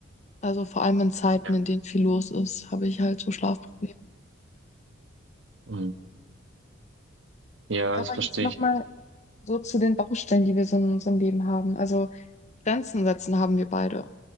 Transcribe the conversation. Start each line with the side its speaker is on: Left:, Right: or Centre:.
Left: Also vor allem in Zeiten,
Right: Ja,
Left: in denen viel los ist, habe ich halt so Schlafprobleme.
Right: Mhm. Ja,
Left: Ja,
Right: das
Left: aber
Right: verstehe
Left: jetzt nochmal
Right: ich.
Left: so zu den Baustellen, die wir so in unserem Leben haben. Also Grenzen setzen haben wir beide.